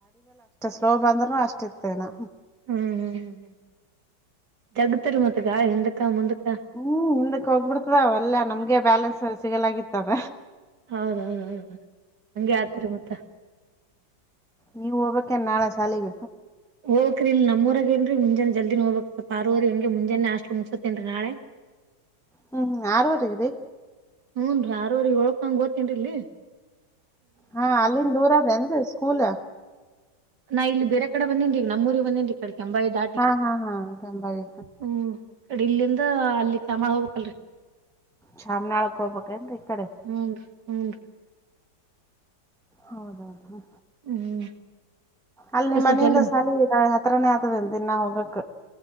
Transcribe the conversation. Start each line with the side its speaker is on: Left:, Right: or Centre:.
Centre: ನೋವ್ ಬಂದ್ರರು ಅಷ್ಟ ಇತ್ತೇನಾ
Right: ಹ್ಮ್ ಹ್ಮ್ ಜಗುತ್ ರೀ ಮತ್ ಗಾಳಿ ಹಿಂದಕ್ಕ ಮುಂದಕ್
Centre: ಹ್ಮ್ ಹಿಂದಕ್ ಹೋಗ್ಬಿಡ್ತದ ಒಲ್ಲಾ ನಮ್ಗೆ ಬ್ಯಾಲೆನ್ಸ್ ಸಿಗಲಾಗಿತ್ತದ
Right: ಹೌದೌದೌದುೌ ಹಂಗೆ ಆತ್ರರಿ ಮತ್ತ
Centre: ನೀವು ಹೋಗಬೇಕೇನು ನಾಳೆ ಸಾಲಿಗ
Right: ಹೋಗಕ್ರೀ ಇಲ್ಲಿ ನಮ್ ಊರಾಗ್ ಇನಿ ರೀ ಮುಂಜಾನೆ ಜಲ್ದಿನ ಹೋಗ್ಬೇಕಕ್ ಅರುವರೆ ಅಂಗೇ ಮುಂಜಾನೆ ನಷ್ಟ ಮುಗಸತೇನ್ರಿ ನಾಳೆ
Centre: ಹ್ಮ್ ಹ್ಮ್ ಆರುವರಿಗೆ ರೀ
Right: ಹುನ್ ರೀ ಅರುವರಿಗ್ ಏಳುಕಂಗ್ ಹೋಗ್ತೀನ್ರೀ
Centre: ಹಾ ಅಲ್ಲಿಂದ ದೂರದೇಏನ್ರಿ ಸ್ಕೂಲ್
Right: ನಾ ಇಲ್ಲಿ ಬೇರೆ ಕಡೆ ಬಂದೇನರೀ ನಮ್ಮೂಊರಿಗೆ ಬಂದೇನ್ರೀ ಕೆಂಬಾವಿ ದಾಟಿ
Centre: ಹಾ ಹಾ ಹಾ ಗಂಬಾವಿ
Right: ಹ್ಮ್ ಬಟ್ ಇಲ್ಲಿಂದ ಅಲ್ಲಿ ಚಾಮನಾಳ ಹೋಗ್ಬೇಕು ಅಲರಿ
Centre: ಚಾಮನಾಳಕ್ ಹೋಗ್ಬೇಕಬೇಕೇನ್ರೀ ಈ ಕಡೆ
Right: ಹ್ಮ್ ಹ್ಮ್
Centre: ಹೌದೌದು
Right: ಹ್ಮ್
Centre: ಅಲ್ಲಿ ನಿಮ್
Right: ಸ್ವಲ್ಪ
Centre: ಮನೆಯಿಂದ
Right: ಜಲ್ದಿ
Centre: ಸಾಲಿಗ್ ಹತ್ರನೇ ಆಗತದೆ ನಾ ಹೋಗಕ್